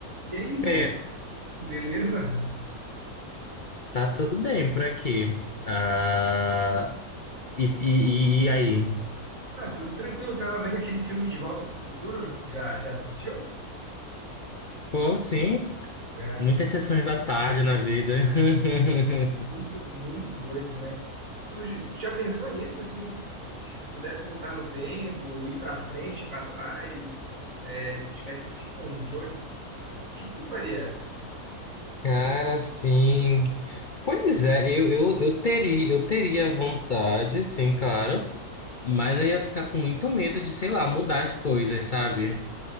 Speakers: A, on the right (about 60°); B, on the left (about 40°).
A: E aí, Vô?
B: É,
A: <laughs> Beleza?
B: tá tudo bem por aqui. Ah, e, e, e- e aí?
A: Ah, tudo tranquilo. Tava vendo aquele filme De Volta pro Futuro. Já, já assistiu?
B: Pô, sim,
A: É,
B: muitas sessões da tarde na vida. <laughs>
A: muito, muito doido, né? Tu j- já pensou nisso, assim, de- que se tu pudesse voltar no tempo, ir pra frente, pra trás, é, tivesse esse controle, o que que tu faria?
B: Cara, sim. Pois é, eu, eu, eu teria, eu teria vontade, sim, claro. Mas eu ia ficar com muito medo de, sei lá, mudar as coisas, sabe?